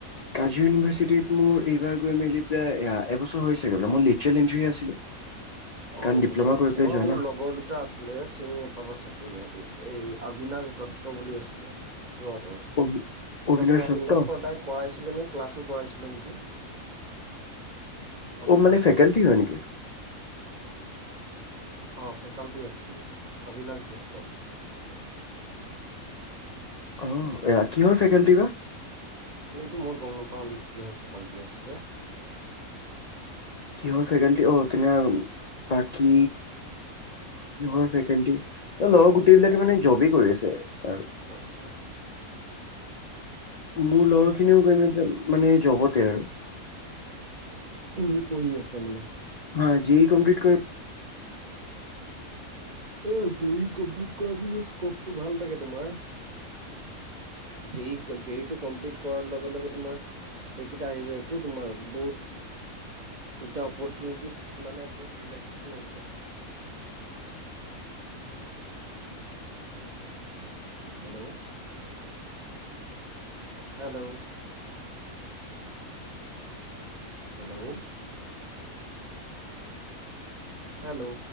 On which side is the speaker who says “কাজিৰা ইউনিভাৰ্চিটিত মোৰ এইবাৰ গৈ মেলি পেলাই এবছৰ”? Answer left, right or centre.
Left